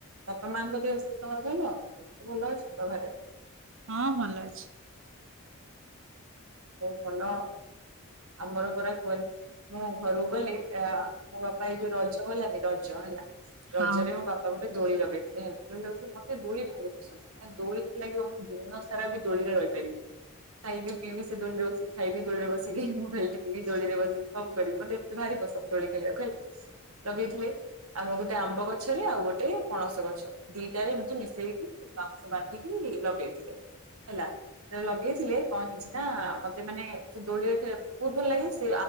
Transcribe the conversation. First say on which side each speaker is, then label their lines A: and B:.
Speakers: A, on the right; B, on the right.
A: ବାପା ମାଙ୍କ ଦି ଅସବ ତମର ଭଲ ତ ଭଲ ଅଛ ତ ଘରେ।
B: ହଁ ଭଲ ଅଛି।
A: ଭଲ ଆମର ପରା କୁହନି। ମୁଁ ଘରକୁ ଗଲି ମୋ ବାପା ଏ ଯୋଉ ରଜ ଗଲାନି ରଜ ହେଲା ରଜରେ
B: ହଁ
A: ମୋ ବାପା ଆଉ ଗୋଟେ ଲଗେଇଥିଲେ ହେଲା ଦୋଳି ଲଗେଇଥିଲେ ମତେ ଦୋଳି ଭାରି ପସନ୍ଦ। ମ ଦୋଳି ଯେ ଲାଗିବ ମୁଁ ଦିନ ସାରା ବି ଦୋଳିରେ ରହିପାରିବି ଖାଇବି ପି ବି ସେ ଦୌଳିରେ ବସି ଖାଇବି ଦୌଳିରେ ବସିକି ମୋବାଇଲ ଟି ବି ଦୌଳିରେ ବସିକି ସବୁ କରିବି ମତେ ଏତେ ଭାରି ପସନ୍ଦ ଦୋଳି ଖେଳିବାକୁ ହେଲା ଲଗେଇଥିଲେ।। ଆଉ ଗୋଟେ ଆମ୍ବ ଗଛରେ ଆଉ ଗୋଟେ ପଣସ ଗଛ ଦିଟାରେ ଏମତି ମିଶେଇକି ବାଉଁଶ ବାନ୍ଧିକି ଲଗେଇଥିଲେ ହେଲା ଲଗେଇଥିଲେ କଣ ହେଇଛି ନା ମତେ ମାନେ ସେ ଦୋଳି ବହୁତ ଭଲ ଲାଗେ ସେ